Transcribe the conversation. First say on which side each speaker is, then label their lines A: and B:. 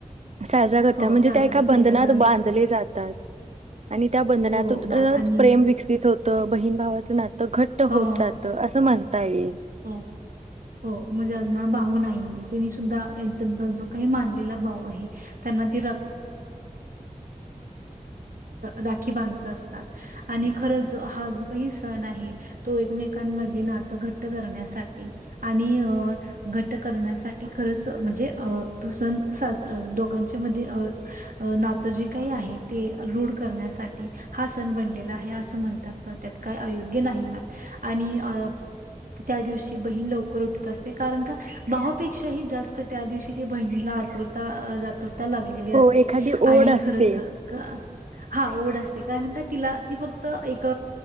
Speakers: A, on the right; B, on the right.
A: साजरा करतात
B: हो
A: म्हणजे
B: साजरा
A: त्या एका बंधनात
B: केला जा
A: बांधले जातात. आणि त्या बंधनातच
B: हो मॅम आणि
A: प्रेम विकसित होतं, बहीण भावाचं नात. घट्ट
B: हो
A: होत जातं, असं म्हणता येईल.
B: हो. हो मग जना भाऊ नाही, त्यांनी सुद्धा त्यां जो काही मानलेला भाऊ आहे. बधा म्हणजे राखी बांधत असतात. खरच, हा जो काही सण आहे, तो एकमेकांमध्ये नातं घ करण्यासाठी, आणि घट करण्यासाठी खरच म्हणजे तो सण साज दोघांच्या मध्ये अ नातं जे काही आहे ते रूढ करण्यासाठी हा सण बनलेला आहे, असं म्हणतात त्यात काय अयोग्य नाही मॅम आणि अ त्या दिवशी बहीण लवकर उठत असते कारण का भावापेक्षाही जास्त त्या दिवशी ते बहिणीला आतुरता अ आतुरता लागलेली असते
A: हो एखादी ओढ
B: आणि
A: असते
B: खरच क हां ओढ असते कारण तिला ती फक्त एक